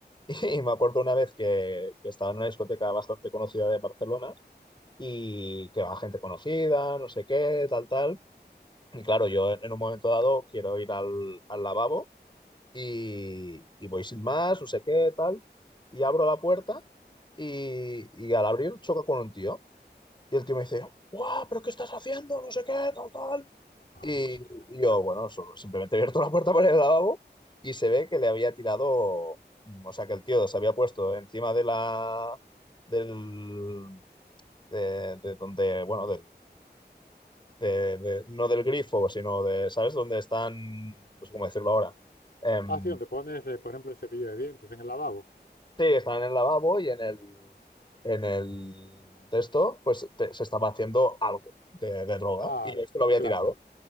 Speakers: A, on the left (about 25°); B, on the left (about 65°).
A: <laughs> Y me acuerdo una vez que, que estaba en una discoteca bastante conocida de Barcelona y que va gente conocida, no sé qué, tal, tal. Y claro, yo en un momento dado quiero ir al, al lavabo y, y voy sin más, no sé qué, tal. Y abro la puerta y, y al abrir choca con un tío. Y el tío me dice, ¡guau! ¿Pero qué estás haciendo? No sé qué, tal, tal.
B: <laughs> Hostia.
A: Y, y yo, bueno, solo- simplemente he abierto la puerta para el lavabo y se ve que le había tirado, mm, o sea, que el tío se había puesto encima de la, del, de, de donde, bueno, del, de- de- no del grifo, sino de, ¿sabes? Donde están, no sé cómo decirlo ahora. Em,
B: Ah, sí, donde pones, eh, por ejemplo, el cepillo de dientes en el lavabo.
A: sí, están en el lavabo y en el, en el de esto, pues te- se estaba haciendo algo de, de droga
B: Ah,
A: y este lo había
B: claro.
A: tirado.